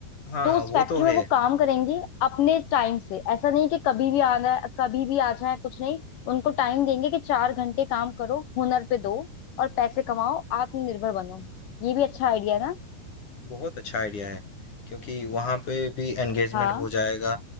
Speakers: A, on the left; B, on the left.
A: हाँ
B: तो
A: हाँ,
B: उस
A: वो
B: फैक्ट्री
A: तो
B: में
A: है
B: वो काम करेंगी अपने टाइम से ऐसा नहीं कि कभी भी आना कभी भी आ जाए कुछ नहीं उनको टाइम देंगे कि चार घंटे काम करो हुनर पे दो और पैसे कमाओ आत्मनिर्भर बनो ये भी अच्छा आइडिया ना
A: बहुत अच्छा आइडिया है क्योंकि वहां पे भी एंगेजमेंट
B: हाँ
A: हो जाएगा